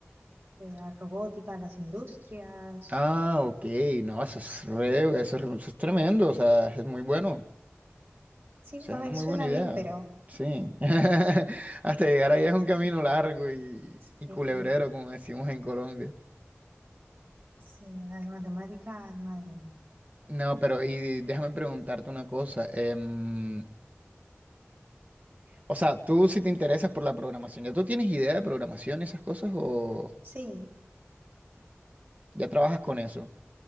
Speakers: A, on the right (about 55°); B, on the right (about 30°).
A: de la robótica, las industrias.
B: Ah, ok, no, eso es re- eso es, eso es tremendo, o sea, es muy bueno.
A: Sí,
B: Esa
A: a
B: es una
A: ver,
B: muy
A: suena
B: buena idea.
A: bien, pero
B: Sí. <laughs> Hasta llegar ahí es un camino largo y,
A: <clears throat>
B: y culebrero,
A: eh,
B: como decimos en Colombia.
A: sí, las matemáticas, madre mía.
B: No, pero y déjame preguntarte una cosa. em, o sea, tú si te interesas por la programación, ¿ya tú tienes idea de programación y esas cosas o
A: Sí,
B: ya trabajas con eso?